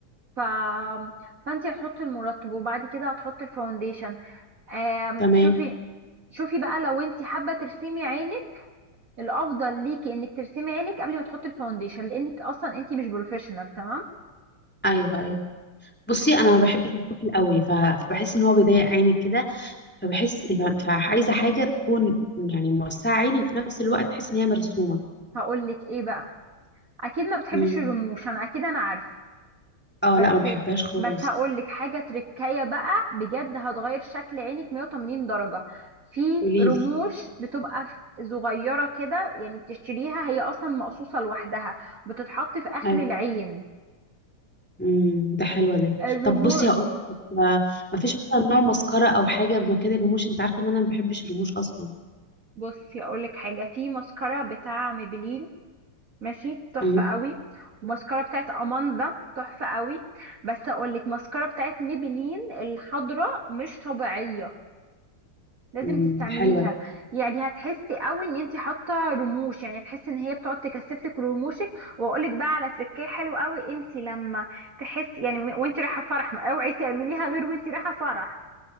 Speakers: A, on the right (about 40°); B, in the centre.
A: ف... فانت هتحطي المرطب وبعد كده هتحطي الفاونديشن آم،
B: تمام
A: شوفي شوفي بقى لو انت حابه ترسمي عينك الافضل ليكي انك ترسمي عينك قبل ما تحطي الفاونديشن لانك اصلا انتي مش بروفيشنال تمام
B: ايوه ايوه بصي انا ما بحبش الكحل قوي ف- فبحس ان هو بيضايق عيني كده فبحس فعايزه حاجه تكون يعني موسعه عيني وفي نفس الوقت تحس ان هي مرسومه
A: فهقول لك ايه بقى اكيد ما بتحبش
B: م.
A: الرموش انا اكيد انا عارف
B: اه
A: بس
B: لا ما بحبهاش خالص
A: بس هقول لك حاجه تركية بقى بجد هتغير شكل عينك 180 درجه في
B: قوليلي
A: رموش بتبقى ف- صغيره كده يعني بتشتريها هي اصلا مقصوصه لوحدها بتتحط في اخر
B: ايوه
A: العين
B: امم ده حلو ده
A: الرموش
B: طب بصي هقول لك ما فيش مثلا نوع مسكره او حاجه بمكان الرموش انت عارفه ان انا ما بحبش الرموش اصلا
A: بصي اقول لك حاجه في ماسكارا بتاع ميبلين ماشي تحفة
B: امم
A: قوي وماسكارا بتاعت أماندا تحفة قوي بس أقولك ماسكارا بتاعت ميبلين الحضراء مش طبيعية لازم
B: امم
A: تستعمليها
B: ده حلو ده
A: يعني هتحسي قوي ان انتي حاطه رموش يعني هتحسي ان هي بتقعد تكثفلك رموشك واقولك بقى على تركيه حلو قوي انتي لما تحسي يعني م- وانتي رايحه فرح ما اوعي تعمليها غير وانتي رايحه فرح